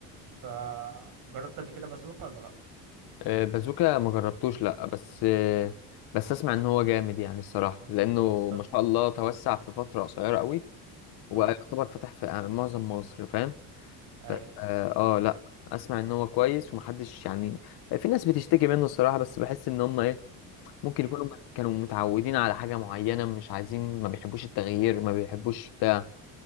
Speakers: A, on the right; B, on the left.
A: فجربت قبل كده بازوكا ولا لا
B: آه، بازوكا ما جربتوش لا بس آه، بس اسمع ان هو جامد يعني الصراحه
A: مم.
B: لانه
A: طب
B: ما شاء الله توسع في فتره قصيره قوي وبقى
A: اه
B: يعتبر فتح في آه، معظم مصر فاهم
A: اي
B: ف- اه آه، لا اسمع ان هو كويس ومحدش يعني في ناس بتشتكي منه الصراحه بس بحس ان هم ايه ممكن
A: مم.
B: يكونوا م- كانوا متعودين على حاجة معينة مش عايزين ما بيحبوش التغيير ما بيحبوش بتاع